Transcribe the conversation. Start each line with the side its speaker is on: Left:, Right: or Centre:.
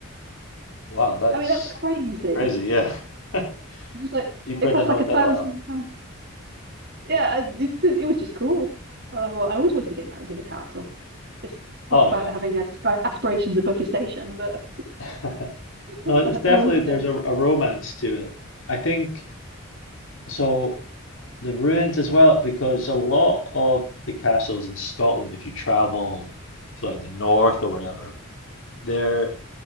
Left: Wow, that's
Right: I mean that's crazy.
Left: Crazy, yeah. <laughs>
Right: It's like
Left: Cheaper
Right: it costs
Left: than a
Right: like
Left: hotel.
Right: a thousand
Left: Wow.
Right: pounds. Yeah, and it's just, it was just cool. Uh, well, I always wanted to get married in a castle. Just
Left: Oh
Right: talk about
Left: oh,
Right: having asp aspirations above your station, but
Left: yeah. <laughs>
Right: <laughs>
Left: No, it's
Right: I,
Left: definitely
Right: I loved
Left: there's
Right: it.
Left: a, a romance to it. I think so the ruins as well, because a lot of the castles in Scotland, if you travel to like the north or whatever, they're